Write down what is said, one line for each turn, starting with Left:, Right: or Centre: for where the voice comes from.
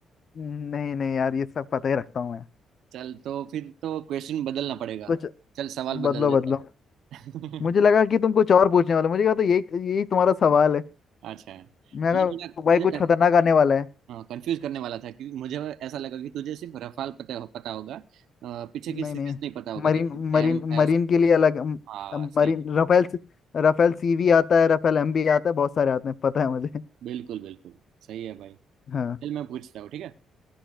Left: नहीं नहीं यार ये सब पता ही रखता हूँ मैं
Right: चल तो फिर तो क्वेश्चन बदलना पड़ेगा
Left: कुछ
Right: चल सवाल
Left: बदलो
Right: बदल
Left: बदलो
Right: देता हूँ <laughs>
Left: मुझे लगा कि तुम कुछ और पूछने वाले हो। मुझे कहा तो यही यही तुम्हारा सवाल है
Right: अच्छा है मैं
Left: मैं कहा
Right: थोड़ा तुझे
Left: भाई कुछ खतरनाक आने वाला है
Right: कंफ्यूज करने वाला था क्योंकि मुझे ऐसा लगा कि तुझे सिर्फ रफाल पता पता होगा अ, पीछे
Left: नहीं
Right: की सीरीज
Left: नहीं
Right: नहीं पता होगा
Left: मरीन
Right: जैसे
Left: मरीन
Right: एम एस
Left: मरीन के लिए अलग अम,
Right: हाँ
Left: अम,
Right: सही
Left: मरीन
Right: है।
Left: राफेल से- राफेल सीवी आता है राफेल एमबी आता है बहुत सारे आते हैं पता है मुझे <laughs>
Right: बिल्कुल बिल्कुल सही है भाई
Left: हाँ
Right: चल मैं पूछता हूँ ठीक है